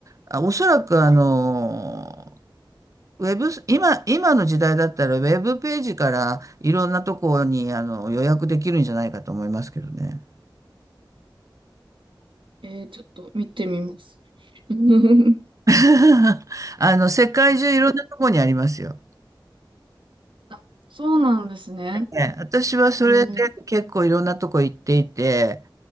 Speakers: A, on the right; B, on the right.
A: あおそらく、あの、ウェブ、今、今の時代だったら、ウェブページからいろんなところにあの予約できるんじゃないかと思いますけどね。
B: えー、ちょっと見てみます。<laughs> うん。
A: <laughs> あの、世界中いろんなところにありますよ。
B: あ、そうなんですね。
A: ね私はそれで結構いろんなとこ行っていて、
B: えー